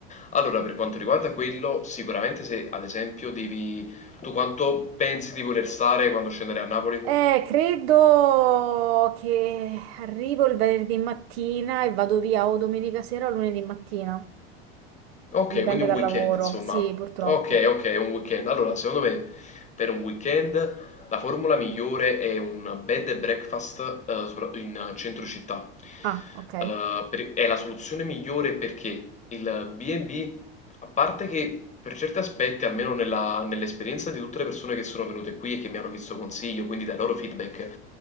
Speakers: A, on the left; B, on the right.
A: Allora, per quanto riguarda quello, sicuramente se ad esempio devi... Tu quanto pensi di voler stare quando scendere a Napoli?
B: Eh, credo che arrivo il venerdì mattina e vado via o domenica sera o lunedì mattina.
A: Ok,
B: Dipende
A: quindi un
B: dal
A: weekend,
B: lavoro.
A: insomma.
B: Sì, purtroppo.
A: Ok, ok, un weekend. Allora, secondo me, per un weekend la formula migliore è un bed and breakfast eh, sopra- in eh, centro città.
B: Ah, ok.
A: Eh, per- è la soluzione migliore perché il B&B, a parte che per certi aspetti, almeno nella- nell'esperienza di tutte le persone che sono venute qui e che mi hanno chiesto consiglio, quindi dai loro feedback,